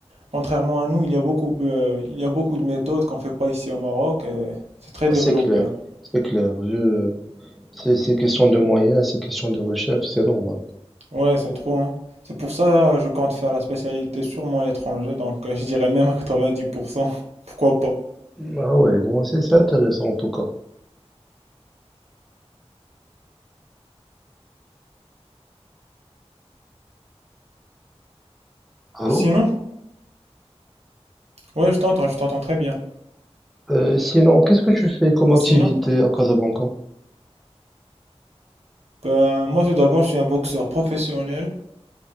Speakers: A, on the right (about 75°); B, in the centre.
A: contrairement à nous, il y a beaucoup, euh, il y a beaucoup de méthodes qu'on ne fait pas ici au Maroc et c'est très
B: Ah,
A: développé.
B: c'est clair,
A: hein.
B: c'est clair. Je... C'est c'est question de moyens, c'est question de recherche, c'est normal.
A: Ouais, c'est trop, hein. C'est pour ça que je compte faire la spécialité sûrement à l'étranger, donc euh, je dirais même à 90%. <laughs> Pourquoi pas?
B: Ah ouais, bon, c'est c'est intéressant en tout cas. Allô?
A: Sinon, ouais, je t'entends, je t'entends très bien.
B: Euh, sinon, qu'est-ce que tu fais comme
A: Et
B: activité
A: sinon,
B: à Casablanca?
A: ben, moi tout d'abord, je suis un boxeur professionnel.